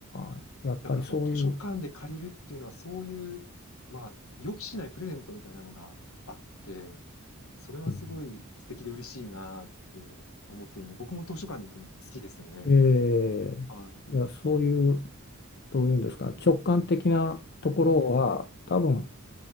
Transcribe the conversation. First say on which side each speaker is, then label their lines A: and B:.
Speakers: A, on the left; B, on the left.
A: ああ。やっぱりそういう、
B: だからその図書館で借りるっていうのはそういう、まあ、予期しないプレゼントみたいなのがあって、それはすごい素敵で嬉しいなって思ってるので、
A: うん
B: 僕も図書館に行くの好きですね。
A: ええ、
B: は
A: いや、そういう、どういうんですか、直感的なところは、
B: い。うん、
A: 多分
B: うん、